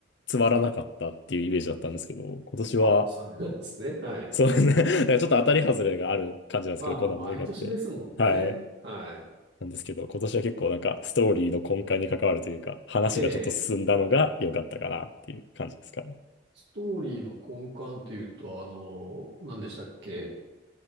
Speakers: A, on the left; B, on the right.
A: つまらなかったっていうイメージだったんですけど、今年は、
B: あ、そうなんですね。はい。
A: そうね、<laughs> なんかちょっと当たり外れがある感じなんですけど、
B: まあまあ、
A: コナンの映画って。
B: 毎年ですもんね。
A: はい。
B: はい。
A: なんですけど、今年は結構なんかストーリーの根幹に関わるというか、話がちょっと進んだのが良かったかなっていう感じですかね。
B: ええ、ストーリーの根幹っていうと、あの、何でしたっけ